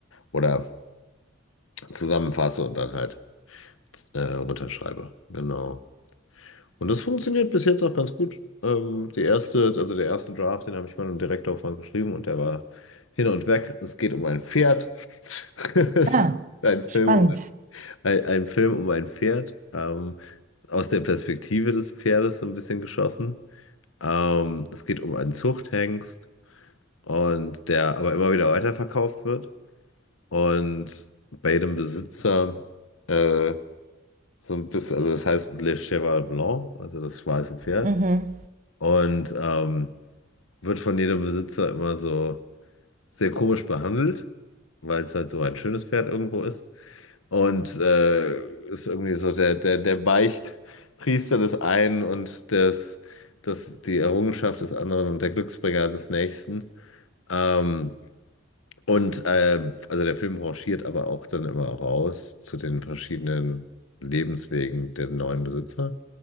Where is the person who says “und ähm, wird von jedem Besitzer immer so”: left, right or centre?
Left